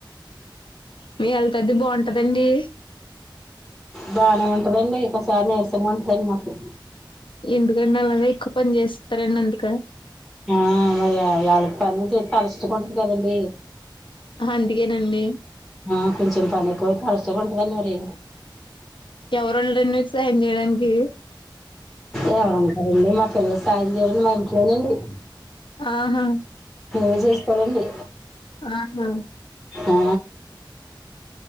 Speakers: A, on the left; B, in the centre.
A: మీ హెల్త్ అయితే బాగుంటదండి
B: బానే ఉంటదండి ఒకసారి నీరసంగా ఉంటదండి మాకు
A: ఎందుకండి అలాగ ఎక్కువ పని చేస్తారండి అందుక
B: ఆ మరి ఎళ పని చెస్త అలుచకుంటారు కదండి
A: అందుకేనండి
B: ఆ కొంచెం పని ఎక్కువయి అలసట గా ఉంటదండి మరి
A: ఎవరు ఉండరుడి మీకు సాయం చేయడానికి
B: ఎవరంటారండి మా పిల్లలు సాయం చేయరడి మా ఇంట్లోనండి
A: ఆహా
B: నేనే చేసుకోవాలండి
A: ఆహా
B: ఆ